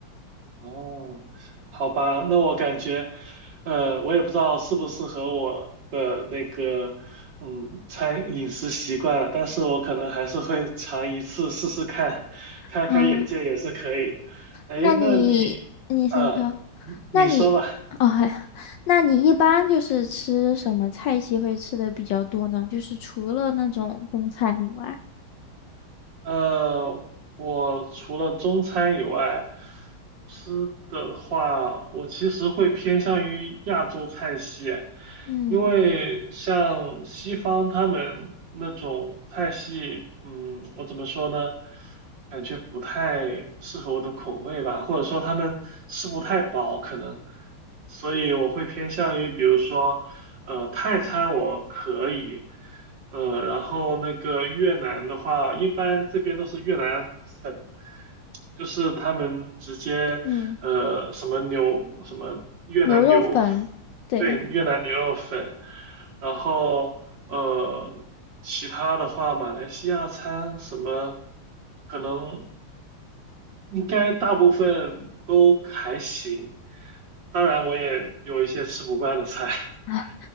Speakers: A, on the right; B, on the left.
A: 哦，好吧，那我感觉，呃，我也不知道适不适合我的那个，嗯，餐饮食习惯了，但是我可能还是会尝一次试试看，开开眼界也是可以的。
B: 嗯，
A: 哎，
B: 那你你先说，
A: 那你，呃，你你说吧。
B: 那你哦，哎那你一般就是吃什么菜系会吃的比较多呢？就是除了那种中餐以外。
A: 呃，我除了中餐以外，吃的话，我其实会偏向于亚洲菜系，
B: 嗯。
A: 因为像西方他们那种菜系，嗯，我怎么说呢？感觉不太适合我的口味吧，或者说他们吃不太饱，可能，所以我会偏向于，比如说，呃，泰餐我可以。呃，然后那个越南的话，一般这边都是越南粉，就是他们直接呃什么牛什么越南牛，
B: 嗯，牛肉粉，对
A: 对，越南牛肉粉，然后呃其他的话，马来西亚餐什么可能应该大部分都还行，当然我也有一些吃不惯的菜，<laughs>
B: 啊，